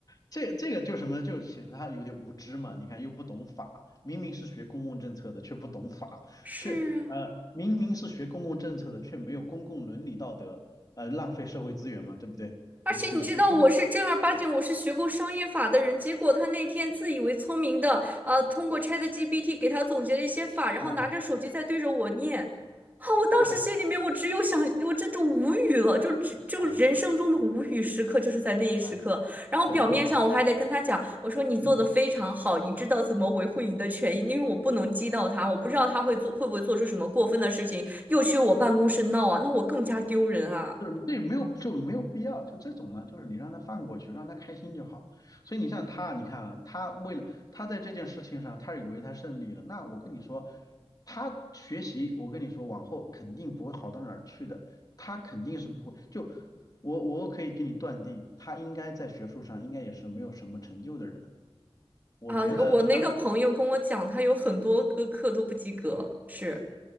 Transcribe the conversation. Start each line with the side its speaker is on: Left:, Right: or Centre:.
Left: 这这个就什么，就显得他有点无知嘛。你看又不懂法，明明是学公共政策的，却不懂法，
Right: 是啊，
Left: 却呃明明是学公共政策的，却没有公共伦理道德，呃浪费社会资源嘛，对不对？
Right: 而且你知道我是正儿八经，
Left: 你你学公共，
Right: 我是学过商业法的人。结果他那天自以为聪明的，呃，通过 ChatGPT 给他总结了一些法，然后拿着手机在对着我念。
Left: 啊，
Right: 啊，我当时心里面我只有想，
Left: 干不，
Right: 我这就无语了，就只就人生中的无语时刻就是在那一时刻。
Left: 哎哎，
Right: 然后表面上我还得跟他讲，
Left: 这个没有。
Right: 我说你做的非常好，
Left: 嗯。
Right: 你知道怎么维护你的权益，因为我不能激到他，我不知道他会做会不会做出什么过分的事情，又去我办公室闹啊，那我更加丢人啊。
Left: 就是对，没有就没有必要，就这种嘛，就是你让他放过去，让他开心就好。所以你像他，你看啊他为了他在这件事情上，他以为他胜利了。那我跟你说，他学习，我跟你说，往后肯定不会好到哪儿去的。他肯定是不会，就我我可以给你断定，他应该在学术上应该也是没有什么成就的人。我觉得像
Right: 啊，我那个朋友跟我讲，他有很多个课都不及格，是，